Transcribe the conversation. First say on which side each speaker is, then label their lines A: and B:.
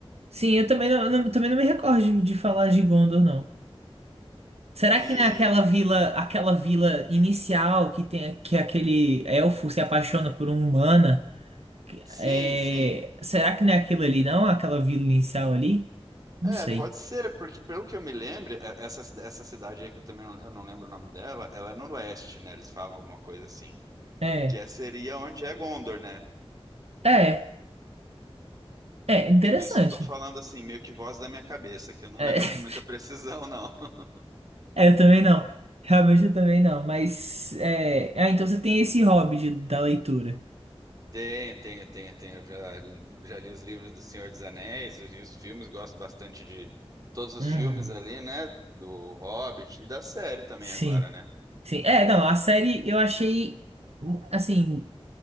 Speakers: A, on the right (about 85°); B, on the right (about 35°).
A: Sim, eu também não, eu não- também não me recordo de, de falar de Gondor, não. Será
B: E
A: que naquela vila, aquela vila inicial que tem que aquele elfo se apaixona por uma humana,
B: sim,
A: é,
B: sim.
A: será que não é aquilo ali, não? Aquela vila inicial ali?
B: É,
A: Não sei.
B: pode ser, porque pelo que eu me lembro, é- essa, essa cidade aí que eu também não, eu não lembro o nome dela, ela é no leste, né? Eles falam alguma coisa assim.
A: É,
B: que é- seria onde é Gondor, né?
A: é, é interessante.
B: Tudo isso eu tô falando assim, meio que voz da minha cabeça, que eu não
A: É,
B: lembro
A: <laughs>
B: com muita precisão, não. <laughs>
A: é, eu também não. Realmente eu também não. Mas é, ah, então você tem esse hobby de- da leitura.
B: Tenho, tenho, tenho, tenho. Eu já, já li os livros do Senhor dos Anéis, eu vi os filmes, gosto bastante de todos os
A: Uhum.
B: filmes ali, né? Do Hobbit e da série também
A: Sim,
B: agora, né?
A: sim. É, não, a série eu achei assim.